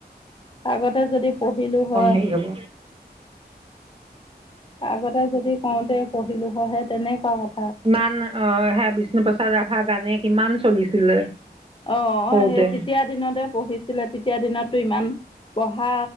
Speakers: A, on the left (about 30°); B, on the right (about 30°).
A: আগতে যদি পঢ়িলো হয়
B: হেৰি হ'ব।
A: আগতে যদি কওঁতে পঢ়িলো হয়। তনেকা কথা
B: ইমান অ হে বিষ্ণু প্ৰসাদ ৰাভা গানে কিমান চলিছিলে
A: অ
B: সৰুতে।
A: সেই তেতিয়া দিনতে পঢ়িছিলে তেতিয়া দিনতো ইমান পঢ়া